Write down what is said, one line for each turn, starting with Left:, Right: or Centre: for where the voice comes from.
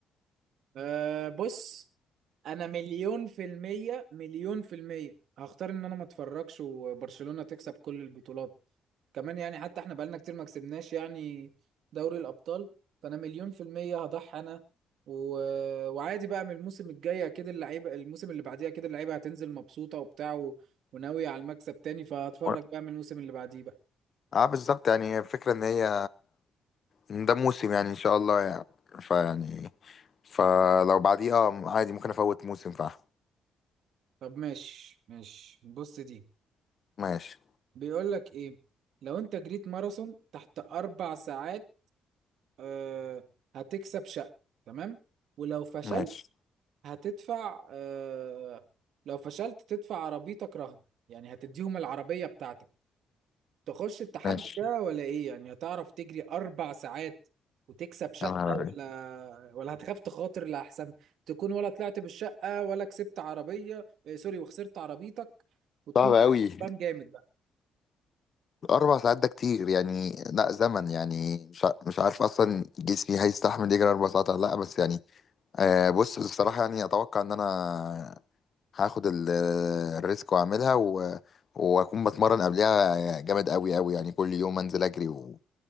Right: أه بص انا مليون في المية مليون في المية هختار ان انا ما اتفرجش وبرشلونة تكسب كل البطولات كمان يعني حتى احنا بقالنا كتير ما كسبناش يعني دوري الابطال فانا مليون في المية هضحي انا و... وعادي بقى من الموسم الجاي اكيد اللعيبة الموسم اللي بعديه اكيد اللعيبة هتنزل مبسوطة وبتاع و... وناوية على المكسب تاني فهتفرج
Left: و-
Right: بقى من الموسم اللي بعديه بقى
Left: اه بالظبط يعني الفكرة إن هي إن ده موسم يعني إن شاء الله يعني فيعني فلو بعديه اه عادي ممكن أفوت موسم فعلا
Right: طب ماشي ماشي بص دي
Left: ماشي
Right: بيقول لك ايه لو انت جريت ماراثون تحت اربع ساعات آه، هتكسب شقة تمام ولو فشلت
Left: ماشي
Right: هتدفع آه، لو فشلت تدفع عربيتك رهن يعني هتديهم العربية بتاعتك تخش التحدي
Left: ماشي
Right: ده ولا ايه يعني هتعرف تجري أربع ساعات وتكسب شقة
Left: يا نهار أبيض.
Right: ولا ولا هتخاف تخاطر لأحسن تكون ولا طلعت بالشقة ولا كسبت عربية آه، سوري وخسرت عربيتك وتكون
Left: صعب أوي
Right: كسبان جامد
Left: أربع ساعات ده كتير يعني لا زمن يعني مش ع- مش عارف أصلا جسمي هيستحمل يجري أربع ساعات ولا لأ بس يعني آه بص بصراحة يعني أتوقع إن أنا هاخد ال- الريسك وأعملها و... وأكون بتمرن قبلها جامد أوي أوي يعني كل يوم أنزل أجري و...